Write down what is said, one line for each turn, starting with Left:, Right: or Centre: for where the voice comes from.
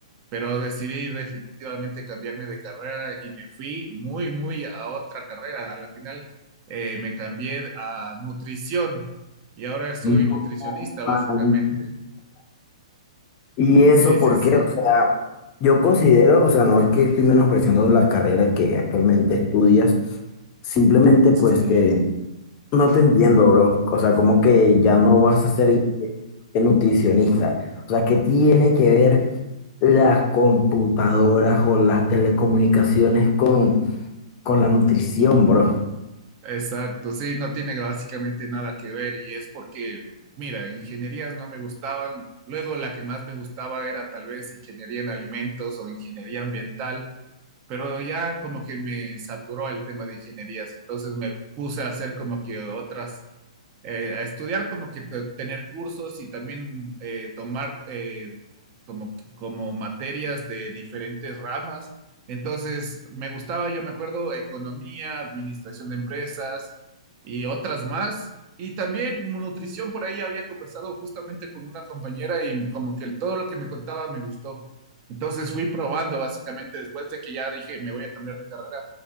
Right: pero decidí definitivamente cambiarme de carrera y me fui muy, muy a otra carrera. A la final eh, me cambié a nutrición y ahora soy
Left: No,
Right: nutricionista, básicamente.
Left: man. ¿Y eso
Right: Sí, sí,
Left: por
Right: sí.
Left: qué? O sea, yo considero, o sea, no es que estoy menospreciando la carrera que actualmente estudias, simplemente
Right: Sí.
Left: pues que no te entiendo, bro. O sea, como que ya no vas a ser ingeniero, nutricionista. O sea, ¿qué tiene que ver las computadoras o las telecomunicaciones con, con la nutrición, bro?
Right: Exacto, sí, no tiene básicamente nada que ver y es porque, mira, ingenierías no me gustaban, luego la que más me gustaba era tal vez ingeniería en alimentos o ingeniería ambiental pero ya como que me saturó el tema de ingenierías, entonces me puse a hacer como que otras, eh, a estudiar como que te- tener cursos y también eh, tomar eh, como, como materias de diferentes ramas. Entonces me gustaba, yo me acuerdo, economía, administración de empresas y otras más. Y también nutrición, por ahí había conversado justamente con una compañera y como que todo lo que me contaba me gustó. Entonces fui probando básicamente después de que ya dije me voy a cambiar de carrera,